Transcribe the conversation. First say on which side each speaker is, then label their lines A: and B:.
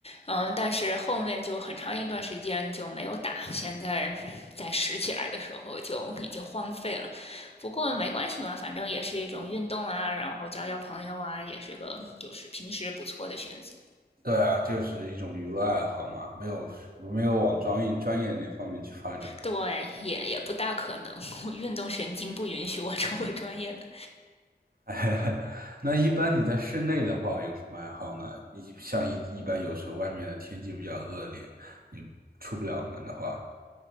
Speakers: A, on the left (about 35°); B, on the right (about 55°).
A: 嗯，但是后面就很长一段时间就没有打，现在在拾起来的时候就已经荒废了。不过没关系嘛，反正也是一种运动啊，然后交交朋友啊，也是个就是平时不错的选择。
B: 对啊，就是一种娱乐爱好嘛，没有没有往专业专业那方面去发展。
A: 对，也也不大可能，我运动神经不允许我成为专业的。
B: <laughs> 那一般你在室内的话有什么爱好呢？一像一一般有时候外面的天气比较恶劣，你出不了门的话。